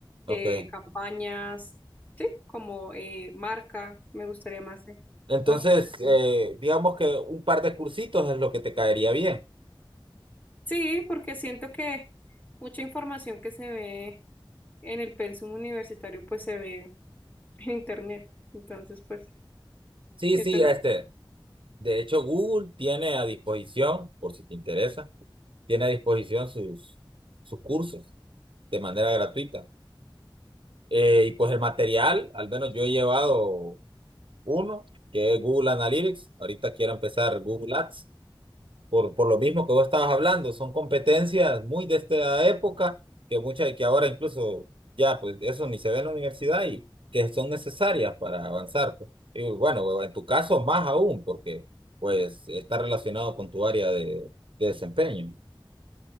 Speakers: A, on the right; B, on the left.
A: Ok.
B: eh,
A: Eh,
B: campañas, sí, como eh, marca, me gustaría más eh,
A: Entonces,
B: como enfocarme.
A: eh, digamos que un par de cursitos es lo que te caería bien.
B: Sí, porque siento que mucha información que se ve en el pensum universitario, pues se ve en internet, entonces, pues,
A: Sí,
B: siento...
A: sí,
B: no-
A: este. De hecho, Google tiene a disposición, por si te interesa tiene a disposición sus, sus cursos de manera gratuita. Eh, y pues el material, al menos yo he llevado uno, que es Google Analytics. Ahorita quiero empezar Google Ads, por, por lo mismo que vos estabas hablando. Son competencias muy de esta época, que muchas, que ahora incluso ya, pues eso ni se ve en la universidad y que son necesarias para avanzar. pues. Y bueno, en tu caso más aún, porque pues está relacionado con tu área de, de desempeño.